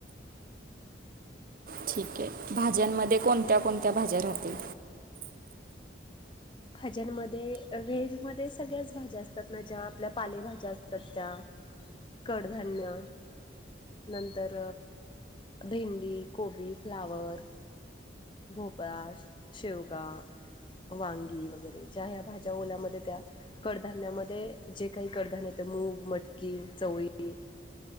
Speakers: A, on the right; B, on the left.
A: ठीक आहे. भाज्यांमध्ये कोणत्या कोणत्या भाज्या राहतील?
B: भाज्यांमध्ये व्हेजमध्ये सगळ्याच भाज्या असतात ना ज्या आपल्या पालेभाज्या असतात त्या कडधान्य नंतर भेंडी, कोबी, फ्लावर भोपळ, शेवगा वांगी वगैरे ज्या ह्या भाज्या ओलामध्ये त्या कडधान्यामध्ये जे काही कडधान्य येत मूग, मटकी, चवळी